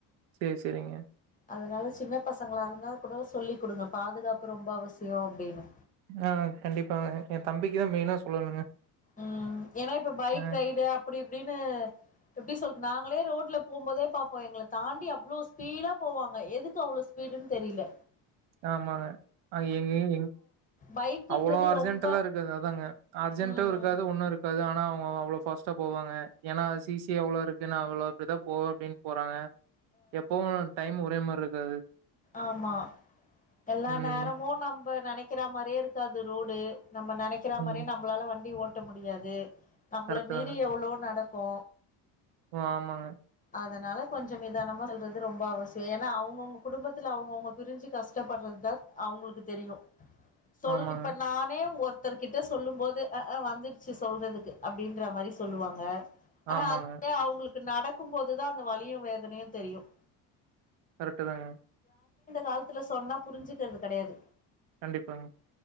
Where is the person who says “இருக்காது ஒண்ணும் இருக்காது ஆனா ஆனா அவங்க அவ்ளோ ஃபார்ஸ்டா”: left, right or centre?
Right